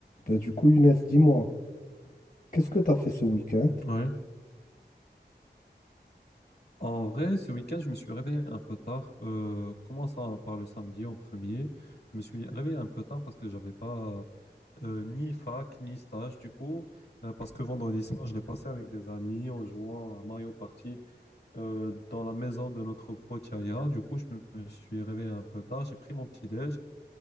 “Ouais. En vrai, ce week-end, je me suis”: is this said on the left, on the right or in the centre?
Left